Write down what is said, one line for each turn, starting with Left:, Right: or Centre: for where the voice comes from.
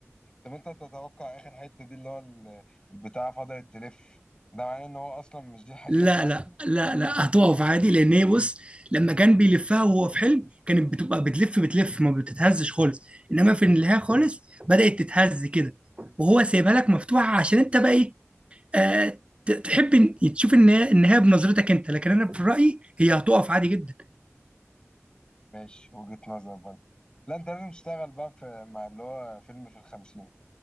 Left: طب انت تتوقع اخر حته دي اللي هو ال- البتاعه فضلت تلف ده معناه ان هو اصلا مش دي الحقيقه
Right: لا
Left: بتاعته
Right: لا لا لا هتقف عادي لان هي بص لما كان بيلفها وهو في حلم كانت بتبقى بتلف بتلف ما بتتهزش خالص انما في النهايه خالص بدات تتهز كده وهو سايبها لك مفتوحه عشان انت بقى ايه آه، ت- تحب إن- تشوف ان ان هي بنظرتك انت لكن انا في رايي هي هتقف عادي جدا
Left: ماشي وجهه نظر برضه لا انت لازم تشتغل بقى في مع اللي هو فيلم في الخمسين